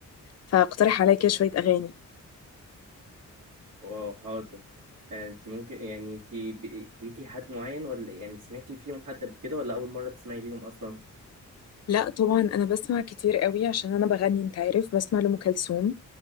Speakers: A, on the left; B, on the right.
A: فاقترح عليا كده شوية اغاني
B: واو حاضر يعني انت ممكن يعني انت ب- ليكي حد معين ولا يعني سمعتي فيهم حد قبل كده ولا اول مرة تسمعي ليهم اصلا
A: لا طبعا انا بسمع كتير قوي عشان انا بغني انت عارف بسمع لأم كلثوم